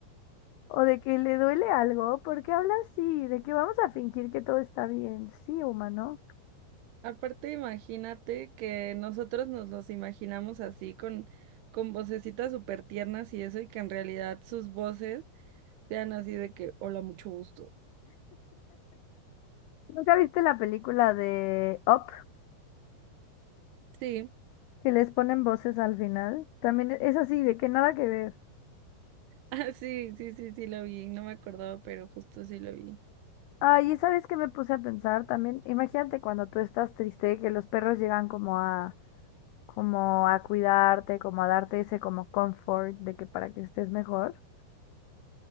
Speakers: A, on the left; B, on the right.
A: O de que le duele algo, porque habla así, de que vamos a fingir que todo está bien. Sí, humano.
B: Aparte, imagínate que nosotros nos los imaginamos así con, con vocecitas súper tiernas y eso, y que en realidad sus voces sean así de que, hola, mucho gusto.
A: ¿Nunca viste la película de Up?
B: Sí.
A: que les ponen voces al final. También es así, de que nada que ver.
B: Ah, sí, sí, sí, sí lo vi, no me acordaba, pero justo sí lo vi.
A: Ay, y sabes que me puse a pensar también, imagínate cuando tú estás triste, que los perros llegan como a, como a cuidarte, como a darte ese como comfort de que para que estés mejor.